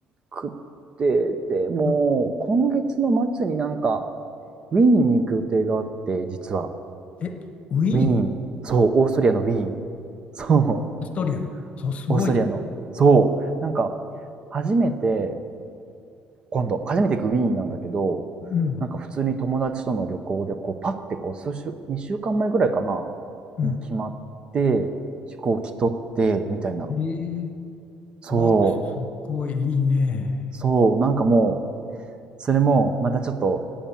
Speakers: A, on the right; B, on the left.
A: くって、でもう、
B: う。うん
A: 今月の末になんか、ウィーンに行く予定があって、実は。
B: え、ウィーン、
A: ウィーン。そう、オーストリアのウィーン。そう。
B: オーストリアの。そう、すごいじゃん。
A: オーストリアの。そう。なんか、初めて、今度、初めて行くウィーンなんだけど、
B: うん、
A: なんか普通に友達との旅行で、こう、パッてこう、数週、2週間前ぐらいかな、
B: うん。
A: に決まって、飛行機取って、みたいな。
B: ええ
A: そう。
B: あ、すごいいいね。
A: そう。なんかもう、それも、またちょっと、